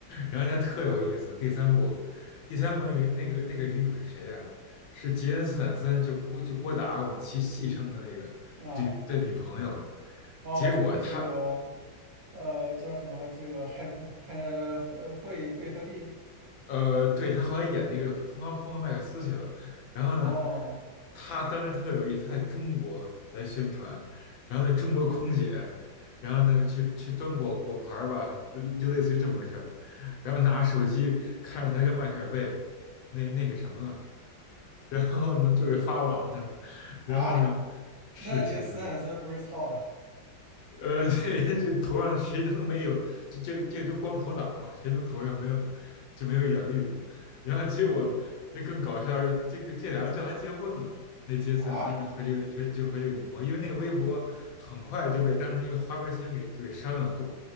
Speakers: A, on the left (about 80°); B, on the right (about 55°).
A: 然后他特有意思。第三部，第三部那个那个那个女主是谁呀、是杰恩斯坦森，就郭就郭达我们戏戏称的那个女的女朋友。
B: 啊哦，
A: 结果他。
B: 就是这个呃叫什么这个汉呃惠惠惠特利
A: 呃，对，他后来演那个《疯狂疯狂麦克斯》去了。然后呢，
B: 哦
A: 他当时特有意思，他在中国来宣传，然后呢，中国空姐，然后呢，去去端果果盘儿吧，就就类似于这么个事儿。然后拿着手机看着他跟迈克尔贝那那个什么了，<laughs> 然后呢，就给发网上了
B: 啊，
A: 然后呢，是是是，
B: 那杰斯坦森不是操了
A: 呃，<laughs> 这这头上谁能没有？这这这都光头党嘛，谁能头上没有就没有一点绿呢？然后结果这更搞笑是，这个这俩人最后还结婚了。那杰森·
B: 啊？
A: 斯坦森和这个就就和这个女朋友，因为那个微博很快就被当成一个花边新闻给就给删了，官